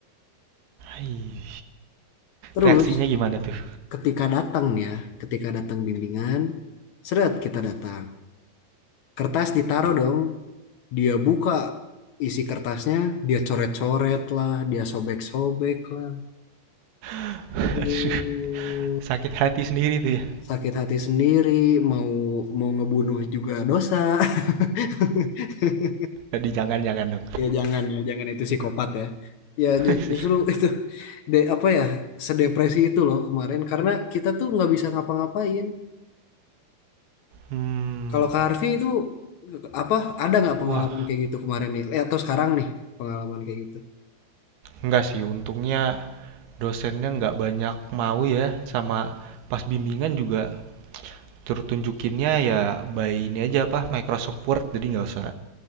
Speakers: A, on the right; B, on the left.
A: Ih.
B: Terus
A: Reaksinya gimana tuh?
B: ketika datang ya, ketika datang bimbingan, seret kita datang. Kertas ditaruh dong, dia buka isi kertasnya, dia coret-coret lah, dia sobek-sobek lah.
A: <laughs>
B: Aduh,
A: Aduh, sakit hati sendiri tuh ya?
B: sakit hati sendiri, mau mau ngebunuh juga dosa. <laughs>
A: Aduh, jangan jangan dong.
B: Ya jangan ya, jangan itu psikopat ya. Ya
A: <laughs>
B: justru itu de apa ya sedepresi itu loh kemarin karena kita tuh nggak bisa ngapa-ngapain.
A: Mmm,
B: Kalau Kak Harvey itu apa ada nggak pengalaman
A: wah,
B: kayak gitu kemarin nih? Eh, atau sekarang nih pengalaman kayak gitu?
A: enggak sih untungnya dosennya nggak banyak mau ya, sama pas bimbingan juga Tur tunjukinnya ya by ini aja apa Microsoft Word jadi nggak usah